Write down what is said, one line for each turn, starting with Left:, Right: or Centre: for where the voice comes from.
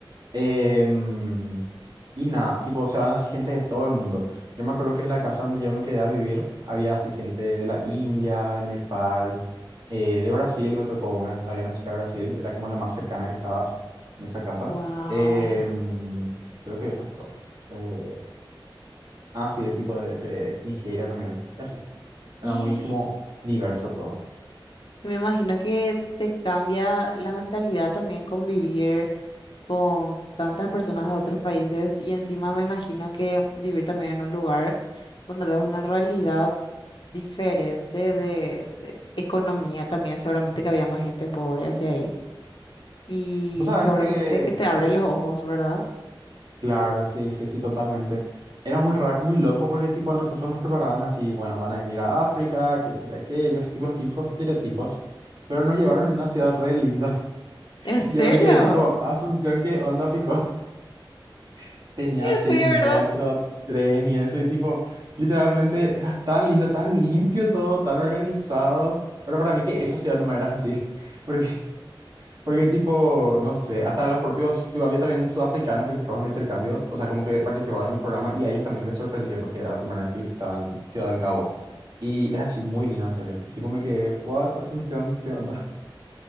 Right: Em, y nada, tipo, se van así gente de todo el mundo. Yo me acuerdo que en la casa donde yo me quedé a vivir había así gente de la India, de Nepal, eh, de Brasil, me tocó una, había una chica de Brasil, era como la más cercana que estaba en esa casa.
Left: Wow.
Right: Em, creo que eso es todo. Eh, ah, sí, de tipo de, de Nigeria también, y así. Era
Left: <gasps>
Right: muy como diverso todo.
Left: Y me imagino que te cambia la mentalidad también convivir con tantas personas de otros países y encima me imagino que vivir también en un lugar donde ves una realidad diferente de s- eh, economía también, seguramente que había más gente pobre hacia ahí y
Right: ¿Vos sabés
Left: seguramente
Right: que
Left: que te abre los ojos, ¿verdad?
Right: Claro, sí, sí, sí, totalmente. Era muy raro, muy loco porque tipo nosotros nos prepararon así, bueno, van a venir a África, que este, que aquello, así tipo los típicos estereotipos, pero nos llevaron
Left: Ujú.
Right: a una ciudad re linda. <laughs>
Left: ¿En serio?
Right: Yo me quedé tipo, Asunción, ¿qué onda, pico? <laughs> Tenía
Left: <laughs>
Right: así
Left: De verdad.
Right: metro, tren y eso, y tipo, literalmente era tan lindo, tan limpio todo, tan organizado, pero para mí que esa ciudad no me era así, <laughs> porque porque tipo, no sé, hasta los propios, tipo, había también sudafricanos que se fueron de intercambio, o sea, como que participaron en el programa y a ellos también les sorprendió porque era la primera vez que visitaban Ciudad del Cabo. Y era así muy lindo, en serio. Tipo, me quedé, what, Asunción, ¿qué onda? <laughs>